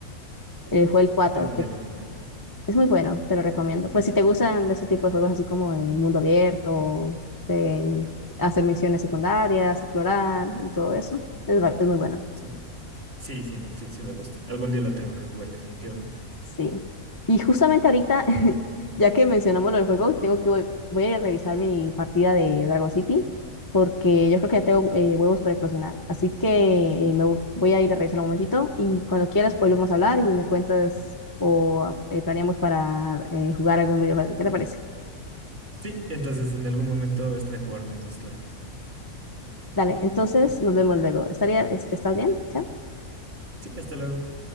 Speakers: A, on the left (about 20°); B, on the right (about 40°).
A: Eh, fue el cuatro
B: Algún día lo jugaré.
A: Es muy bueno, te lo recomiendo. Pues si te gustan de ese tipo de juegos así como de mundo abierto, de hacer misiones secundarias, explorar y todo eso, es, va- es muy bueno.
B: Sí, sí, sí, no, sí, sí me gusta. Algún día lo tengo que jugar definitivamente.
A: Sí. Y justamente ahorita, <laughs> ya que mencionamos lo del juego, tengo que voy, voy a ir a revisar mi partida de Dragon City porque yo creo que ya tengo eh, huevos para eclosionar. Así que eh, me vo- voy a ir a revisar un momentito y cuando quieras volvemos a hablar y me cuentas o eh, planeamos para eh, jugar algún videojuego. ¿Qué te parece?
B: Sí, entonces en algún momento hasta de jugar juntos, claro.
A: Dale, entonces nos vemos luego. ¿Estaría, es- ¿Estás bien? Chao.
B: Sí, hasta luego.